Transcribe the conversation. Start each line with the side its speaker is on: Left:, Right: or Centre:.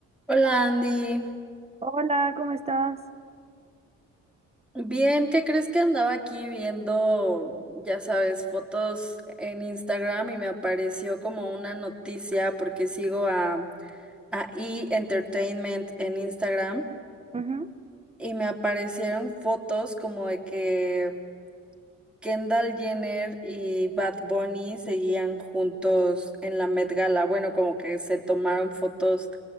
Centre: Hola Andy,
Right: Hola, ¿cómo estás?
Centre: bien, ¿qué crees que andaba aquí viendo, ya sabes, fotos en Instagram y me apareció como una noticia porque sigo a, a E! Entertainment en Instagram
Right: Ujú,
Centre: y me aparecieron fotos como de que Kendall Jenner y Bad Bunny seguían juntos en la Met Gala, bueno, como que se tomaron fotos